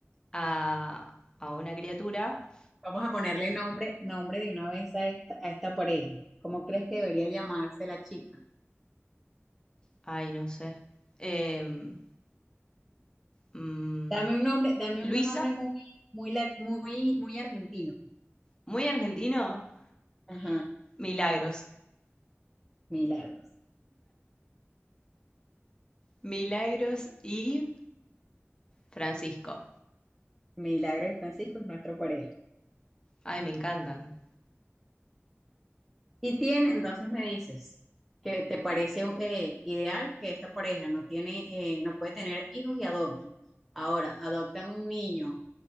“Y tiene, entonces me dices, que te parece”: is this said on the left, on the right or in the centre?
Centre